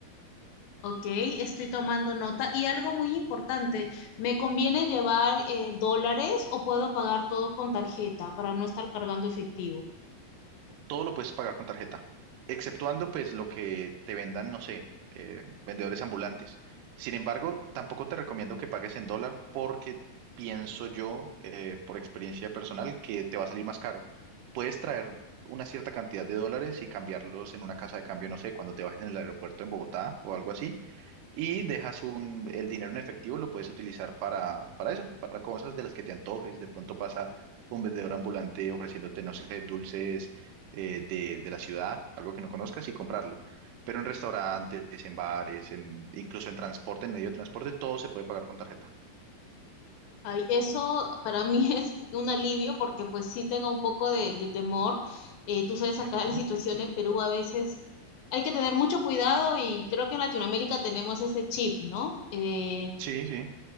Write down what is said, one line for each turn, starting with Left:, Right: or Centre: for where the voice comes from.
Left: ok, estoy tomando nota. Y algo muy importante, ¿me conviene llevar eh, dólares o puedo pagar todo con tarjeta para no estar cargando efectivo?
Right: todo lo puedes pagar con tarjeta, exceptuando pues lo que te vendan, no sé, eh, vendedores ambulantes. Sin embargo, tampoco te recomiendo que pagues en dólar porque pienso yo, eh, por experiencia personal, que te va a salir más caro. Puedes traer una cierta cantidad de dólares y cambiarlos en una casa de cambio, no sé, cuando te bajes en el aeropuerto en Bogotá o algo así, y dejas un, el dinero en efectivo, lo puedes utilizar para, para eso, para cosas de las que te antojes. De pronto pasa un vendedor ambulante ofreciéndote, no sé, dulces eh, de, de la ciudad, algo que no conozcas y comprarlo. Pero en restaurantes, en bares, en, incluso en transporte, en medio de transporte, todo se puede pagar con tarjeta.
Left: Ay, eso para mí <laughs> es un alivio porque pues sí tengo un poco de, de temor. Eh, tú sabes, acá
Right: Ujú.
Left: la situación en Perú a veces hay que tener mucho cuidado y creo que en Latinoamérica tenemos ese chip, ¿no? Eh,
Right: Sí, sí.